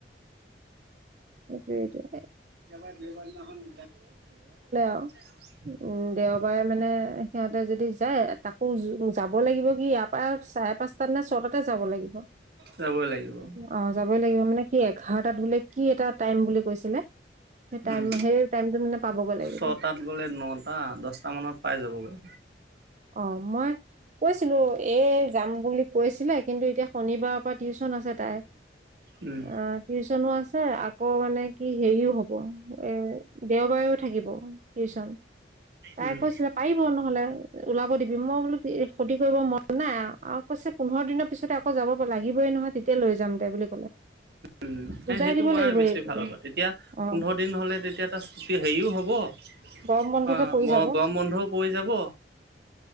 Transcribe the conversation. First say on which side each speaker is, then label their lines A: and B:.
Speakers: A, on the right; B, on the right.
A: সেইটোৱেটো।
B: দেওবাৰ দিনাখন
A: আৰু
B: <unintelligible>
A: উম, দেওবাৰে মানে সিহঁতে যদি যায় তাকো যাব লাগিব কি ইয়াৰ পৰা চাৰে পাঁচটাত নে ছয়তাতে যাব লাগিব,
B: যাবই লাগিব
A: অ যাবই মানে কি এঘাৰটাত বোলে কি এটা টাইম বুলি কৈছিলে সে টাইম
B: উম
A: সেই টাইমটোত মানে পাবগৈ লাগিব
B: ছটাত গ'লে নটা দহটা মানত পাই যাবগৈ।
A: অ মই কৈছিলো এই যাম বুলি কৈছিলে কিন্তু এতিয়া শনিবাৰৰ পৰা টিউচন আছে তাই।
B: উম
A: অ টিউচনো আছে আকৌ মানে কি হেৰিও হব এ দেওবাৰে টো থাকিব টিউচন, তাই
B: উম
A: কৈছিলে পাৰিব নহ'লে ওলাব দিবি মই বোলো ক্ষতি কৰিব মন নাই আৰু কৈছে পোন্ধৰ দিনৰ পিছতে আকৌ যাব লাগিবই নহয়। তেতিয়া লৈ যাম দে বুলি ক'লে।
B: উম, সেইটো
A: বুজাই দিব
B: কৰাই
A: লাগিব
B: বেছি
A: এই
B: ভাল হ'ব তেতিয়া
A: অ
B: পোন্ধৰ দিন হ'লে তেতিয়া এটা সুতি হেৰিও হ'ব।
A: গৰম বন্ধতে পৰি যাব
B: গৰম বন্ধ পৰি যাব।